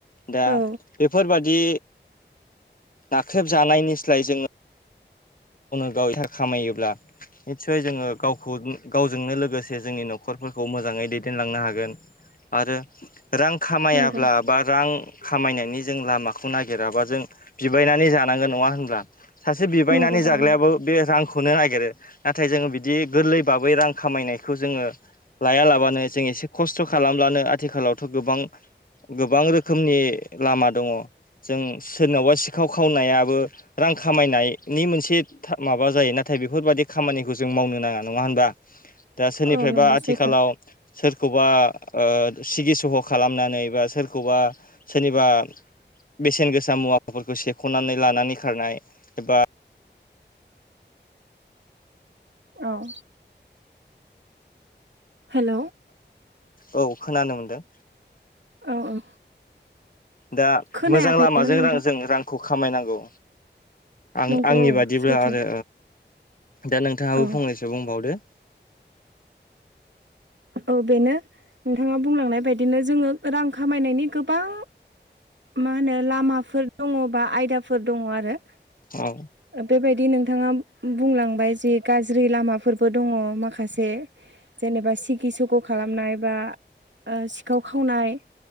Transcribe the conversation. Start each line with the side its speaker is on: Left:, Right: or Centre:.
Left: दा
Right: औ
Left: बेफोरबादि नाख्रेब जानायनिस्लाय जोङो गावनो गाव एहा खामायोब्ला निसय जोङो गावखौ गावजोंनो लोगोसे जोंनि न'खरफोरखौ मोजाङै दैदेनलांनो हागोन। आरो रां खामायाब्ला
Right: नंगौ
Left: बा रां खामायनायनि जों लामाखौ नागिराबा जों बिबायनानै जानांगौ नङा होनब्ला? सासे बिबायनानै
Right: नंगौ दा
Left: जा
Right: औ
Left: बे रांखौनो नागिरो नाथाय जोङो बिदि गोरलै बाबै रां खामायनायखौ जोङो लाया लाबानो जों एसे खस्थ' खालामब्लानो आथिखालावथ' गोबां गोबां रोखोमनि लामा दङ। जों सोरनावबा सिखाव खावनायाबो रां खामायनायनि मोनसे माबा जायो नाथाय बेफोरबाददि खामानिखौ जों मावनो नाङा नङा होनबा? दा सोरनिफ्रायबा
Right: औ नंगौ
Left: आथिखालाव
Right: सैथो
Left: सोरखौबा ओ सिगि सग' खालामनानै बा सोरखौबा सोरनिबा बेसेन गोसा मुवाफोरखौ सेख'नानै लानानै खारनाय एबा
Right: औ। हेल'
Left: औ खोनानो मोनदों।
Right: औ औ
Left: दा
Right: खोनायाखैमोन
Left: मोजां लामाजों
Right: नोंथां
Left: र जों रां खौ खामायनांगौ। आं
Right: नंगौ
Left: आंनि
Right: औ
Left: बादिब्ला
Right: सैथो
Left: आरो दा नोंथाङाबो
Right: औ
Left: फंनैसो बुंबावदो।
Right: औ बेनो नोंथाङा बुंलांनाय बायदिनो। जोङो रां खामायनायनि गोबां मा होनो लामाफोर दङ बा आयदाफोर दङ आरो।
Left: औ।
Right: बेबायदि नोंथाङा बुंलांबाय जे गाज्रि लामाफोरबो दङ माखासे जेनेबा सिगि सुख' खालामनाय बा सिखाव खावनाय।